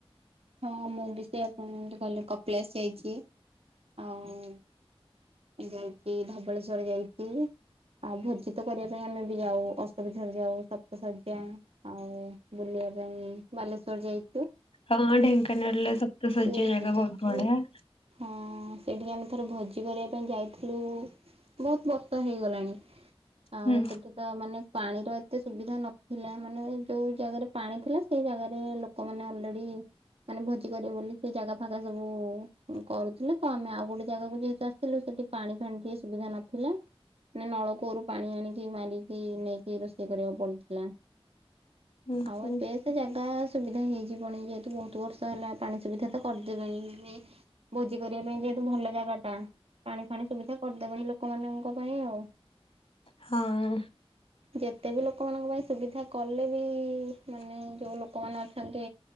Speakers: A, on the right; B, on the left.
A: ହଁ ମୁଁ ବି ସେ ଆପଣ କହିଲେ କପିଳାସ ଯାଇଛି ଆଉ ଯାଇଛି ଧବଳେଶ୍ଵର ଯାଇଛି। ଆଉ ଭୋଜିତ କରିବା ପାଇଁ ଆମେ ବି ଯାଉ, ଅଶୋକଝର ଯାଉ, ସପ୍ତଶଯ୍ୟା ଆଉ ବୁଲିବା ପାଇଁ ବାଲେଶ୍ଵର ଯାଇ
B: ହଁ, ଢେଙ୍କାନାଳରେ ସପ୍ତସଯ୍ୟା
A: ପୁରୀ
B: ଜାଗା
A: ବି ଯାଇଛୁ।
B: ବହୁତ ବଢ଼ିଆ।
A: ହଁ, ସେଇଠିକି ଆମେ ଥରେ ଭୋଜି କରିବା ପାଇଁ ଯାଇ ଥିଲୁ ବହୁତ ବର୍ଷ ହେଇଗଲାଣି। ଆଉ
B: ହୁଁ
A: ସେଠି ତ ମାନେ ପାଣିର ଏତେ ସୁବିଧା ନଥିଲା। ମାନେ ଯୋଉ ଜାଗାରେ ପାଣି ଥିଲା ସେଇ ଜାଗାରେ ସେ ଲୋକମାନେ ଅଲରେଡି, ମାନେ ଭୋଜି କରିବେ ବୋଲି ସେ ଜାଗା ଫାଗା ସବୁ କରୁଥିଲେ ତ, ଆମେ ଆଉ ଗୋଟେ ଜାଗାକୁ ଯାଇ ହେଲେ ସେଠି ପାଣିଫାଣି ଟିକେ ସୁବିଧା ନଥିଲା। ମାନେ ନଳକୂଅରୁ ପାଣି ଆଣିକି ମାରିକି ନେଇକି ରୋଷେଇ କରିବାକୁ ପଡ଼ିଥିଲା।
B: ହୁଁ
A: ଆଉ
B: ହୁଁ
A: ଏବେ ସେ ଜାଗା ସୁବିଧା ହେଇଯିବଣି, ଯେହେତୁ ବହୁତ ବର୍ଷ ହେଲା ପାଣି ସୁବିଧା ତ କରିଦେବେଣି। ଭୋଜି କରିବା ପାଇଁ ଯେହେତୁ ଭଲ ଜାଗା ଟା। ପାଣି ଫାଣି ସୁବିଧା କରିଦେବେଣି ଲୋକମାନଙ୍କ ପାଇଁ ଆଉ।
B: ହଁ।
A: ଯେତେବି ଲୋକମାନଙ୍କ ପାଇଁ ସୁବିଧା କଲେବି, ମାନେ ଯୋଉ ଲୋକମାନେ ଅଛନ୍ତି।